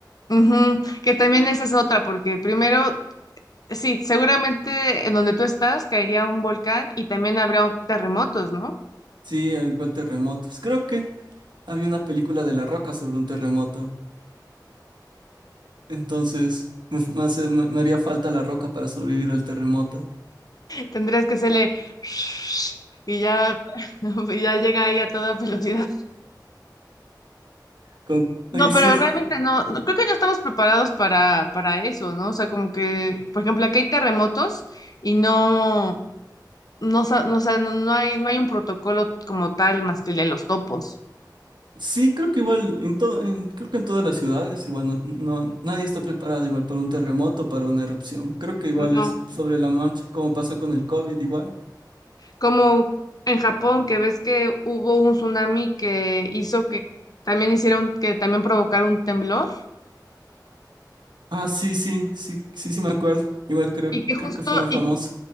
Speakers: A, on the left; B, on the right.
A: Ujú, Que también esa es otra, porque primero, sí, seguramente en donde tú estás caería un volcán y también habrá terremotos, ¿no?
B: Sí, al igual terremotos. Creo que había una película de La Roca sobre un terremoto. Entonces me, f- me hace- me- me haría falta La Roca para sobrevivir al terremoto.
A: Tendrías que hacerle <laughs> y ya, <laughs> y ya llega ahí a toda velocidad.
B: Con,
A: No,
B: y sí
A: pero
B: es,
A: realmente no, no- creo que no estamos preparados para, para eso, ¿no? O sea, como que, por ejemplo, aquí hay terremotos y no, no, sa- no, o sea, no, no hay, no hay un protocolo como tal más que el de los topos.
B: sí, creo que igual en todo, en- creo que en todas las ciudades igual no, no- nadie está preparado igual para un terremoto, para una erupción. Creo que igual
A: No.
B: es sobre la marcha, como pasó con el COVID igual.
A: Como en Japón, que ves que hubo un tsunami que hizo que también hicieron, que también provocara un temblor.
B: Ah, sí, sí, sí, sí, sí me acuerdo. Igual creo,
A: Y que
B: creo
A: justo,
B: que fue muy famoso.
A: y